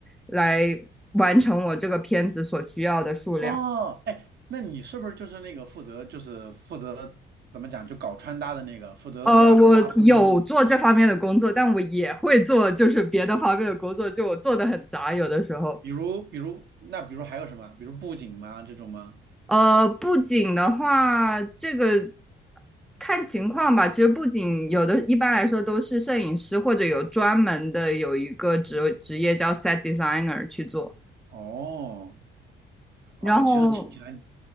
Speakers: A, in the centre; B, on the right (about 60°).
A: 来完成我这个片子所需要的数量。
B: 哦，哎，那你是不是就是那个负责就是负责怎么讲就搞穿搭的那个，负责搭搭出那种，
A: 呃，我有做这方面的工作，但我也会做就是别的方面的工作，就我做的很杂，有的时候。
B: 比如比如那比如还有什么，比如布景吗这种吗？
A: 呃，布景的话，这个看情况吧。其实布景有的，一般来说都是摄影师或者有专门的有一个职职业叫 set designer 去做。
B: 哦。啊，
A: 然后，
B: 其实听起来